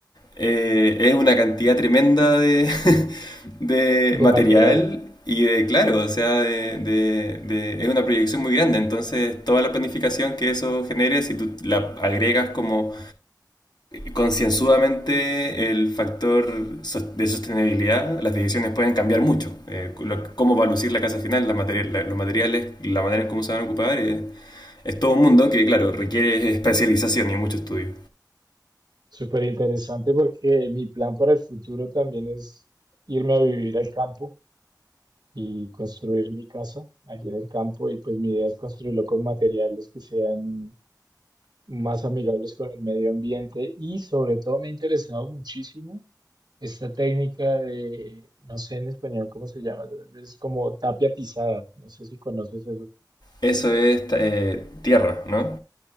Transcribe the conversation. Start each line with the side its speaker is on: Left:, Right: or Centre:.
Left: eh, es una cantidad tremenda de, <laughs> de
Right: de
Left: material
Right: material.
Left: y de, claro, o sea, de, de- de- es una proyección muy grande. Entonces, toda la planificación que eso genere, si tú la agregas como concienzudamente el factor sos- de sostenibilidad, las decisiones pueden cambiar mucho. Eh, lo- cómo va a lucir la casa final, la materi- la- los materiales, la manera en cómo se van a ocupar, eh, es todo un mundo que, claro, requiere especialización y mucho estudio.
Right: Súper interesante porque mi plan para el futuro también es irme a vivir al campo y construir mi casa allí en el campo. Y pues mi idea es construirlo con materiales que sean más amigables con el medio ambiente y sobre todo me ha interesado muchísimo esta técnica de, no sé en español cómo se llama, es como tapia pisada, no sé si conoces eso.
Left: Eso es ta- eh, tierra, ¿no?